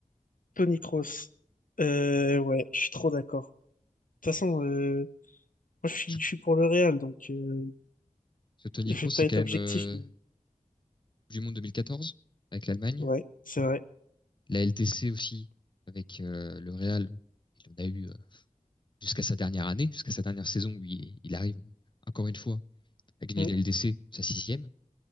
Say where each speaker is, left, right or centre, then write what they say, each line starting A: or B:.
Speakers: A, on the left (about 90°); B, on the left (about 35°).
A: Toni Kroos. Euh, ouais, je suis trop d'accord. De toute façon, euh, moi, je suis,
B: Je-
A: je suis pour le Real, donc euh,
B: Ce Toni
A: je
B: Kroos,
A: vais pas
B: c'est
A: être
B: quand même
A: objectif,
B: euh,
A: mais
B: du monde 2014 avec l'Allemagne,
A: ouais, c'est vrai.
B: la LDC aussi avec euh, le Real. Il en a eu euh, jusqu'à sa dernière année, jusqu'à sa dernière saison où il, il arrive encore une fois à gagner
A: Mm,
B: la LDC, sa sixième.